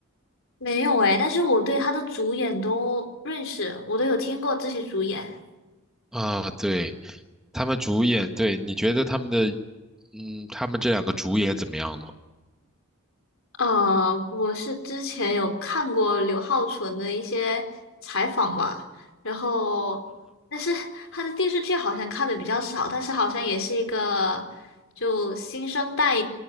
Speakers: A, on the left; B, in the centre.
A: 没有诶，但是我对他的主演都认识，我都有听过这些主演。
B: 啊，对，他们主演，对，你觉得他们的，嗯，他们这两个主演怎么样呢？
A: 呃，我是之前有看过刘浩存的一些采访吧，然后，但是他的电视剧好像看的比较少，但是好像也是一个就新生代